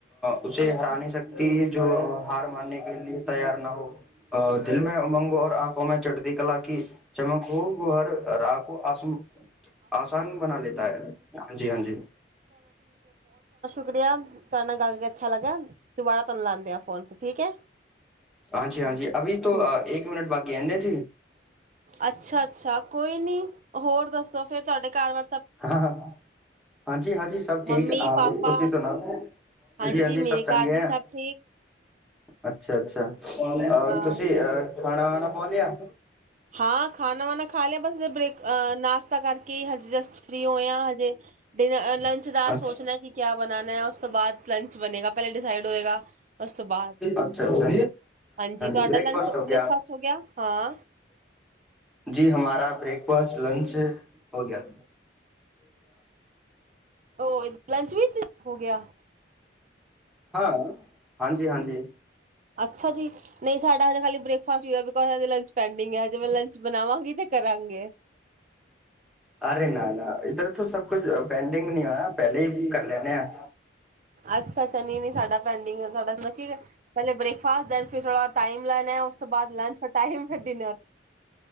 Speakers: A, in the centre; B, on the right.
A: ਉੇਸੇ ਹਰਾ ਨਹੀਂ ਸਕਤੀ ਜੋ ਹਾਰ ਮਾਨਨੇ ਕੇ ਲੀਏ ਤਿਆਰ ਨਾ ਹੋ। ਆ ਦਿਲ ਮੈਂ ਉਮੰਗ ਔਰ ਆਂਖੋਂ ਮੇਂ ਚੜ੍ਹਦੀ ਕਲਾ ਕੀ ਚਮਕ ਹੋ ਵੋ ਹਰ ਰਾਹ ਕੋ ਆਸਮ ਆਸਾਨ ਬਣਾ ਲਤਾ ਹੈ ਹਾਂਜੀ-ਹਾਂਜੀ।
B: ਸ਼ੁਕਰੀਆ ਤੁਹਾਡੇ ਨਾਲ ਗੱਲ ਕਰ ਕੇ ਅੱਛਾ ਲੱਗਾ ਦੁਬਾਰਾ ਤੁਹਾਨੂੰ ਲਾਂਦੇ ਆ ਫੋਨ ਠੀਕ ਹੈ।
A: ਹਾਂਜੀ-ਹਾਂਜੀ ਅਭੀ
B: ਠੀਕ
A: ਤੋਂ
B: ਹੈ
A: ਏਕ ਮਿੰਨਟ ਬਾਕੀ ਹੈ <unintelligible>
B: ਅੱਛਾ-ਅੱਛਾ ਕੋਈ ਨੀ ਹੋਰ ਦੱਸੋ ਫੇਰ ਤੁਹਾਡੇ ਘਰ ਵਾਰ
A: ਹਾਂ, ਹਾਂਜੀ-ਹਾਂਜੀ ਸਭ ਠੀਕ
B: ਮੰਮੀ
A: ਆ
B: ਪਾਪਾ
A: ਤੁਸੀਂ ਸੁਣਾਓ,
B: ਹਾਂਜੀ
A: ਹਾਂਜੀ-ਹਾਂਜੀ
B: ਮੇਰੇ
A: ਸਭ ਚੰਗੇ
B: ਘਰ ਵੀ
A: ਆ,
B: ਸਭ ਠੀਕ
A: ਅੱਛਾ-ਅੱਛਾ ਆ
B: ਹਾਂ
A: ਤੁਸੀਂ ਆ ਖਾਣਾ ਵਾਣਾ ਪਾ ਲਿਆ।
B: ਹਾਂ ਖਾਣਾ ਵਾਣਾ ਖਾ ਲਿਆ ਬਸ ਬ੍ਰੇਕ ਨਾਸ ਤਾ ਕਰਕੇ ਜਸਟ ਫ੍ਰਰੀ ਹੋਏ ਆ ਹਜੇ, ਡਿਨ ਲੰਚ ਦਾ
A: ਅੱਛਾ
B: ਸੋਚਣਾ ਕਿ ਕਿਆ ਬਣਾਣਾ ਉਸ ਤੋਂ ਬਾਅਦ ਲੰਚ ਬਣੇਗਾ ਪਹਿਲਾਂ ਡਿਸਾਈਡ ਹੋਏਗਾ ਉਸ ਤੋਂ ਬਾਅਦ।
A: ਅੱਛਾ ਅੱਛਾ
B: ਹਾਂਜੀ ਤੁਹਾਡਾ
A: ਬ੍ਰੇਕਫਾਸਟ
B: ਲੰਚ
A: ਹੋ
B: ਬ੍ਰੇਕਫਾਸਟ
A: ਗਿਆ
B: ਹੋ ਗਿਆ ਹਾਂ।
A: ਜੀ ਹਮਾਰਾ ਬ੍ਰੇਕਫਾਸਟ, ਲੰਚ ਹੋ ਗਿਆ।
B: ਉਹ ਲੰਚ ਵਿੱਚ ਹੋ ਗਿਆ।
A: ਹਾਂ ਹਾਂਜੀ-ਹਾਂਜੀ।
B: ਅੱਛਾ ਜੀ ਨਹੀਂ ਸਾਡਾ ਹਜੇ ਹਲੇ ਬਰੇਕਫਾਸਟ ਹੀ ਹੋਇਆ ਬੀਕੌਜ ਹਜੇ ਲੰਚ ਪੈਂਡਿੰਗ ਏ ਹਜੇ ਮੈਂ ਲੰਚ ਬਣਾਵਾਂਗੀ ਤੇ ਕਰਾਂਗੇ।
A: ਅਰੇ ਨਾ-ਨਾ ਇੱਧਰ ਤੋਂ ਸਭ ਕੁਝ ਪੈਂਡਿੰਗ ਨੀ ਆ ਪਹਿਲੇ ਹੀ ਕਰ ਲੈਣੇ ਆ।
B: ਅੱਛਾ-ਅੱਛਾ ਨਹੀ-ਨਹੀ ਸਾਡਾ ਪੈਂਡਿੰਗ ਸਾਡਾ ਪਹਿਲੇ ਬ੍ਰੇਕ ਫਾਸਟ ਦੈਨ ਫਿਰ ਥੋੜਾ ਟਾਈਮ ਲੈ ਨੇ ਆ ਉਸ ਤੋਂ ਬਾਅਦ ਲੰਚ ਟਾਈਮ ਫਿਰ ਡਿਨਰ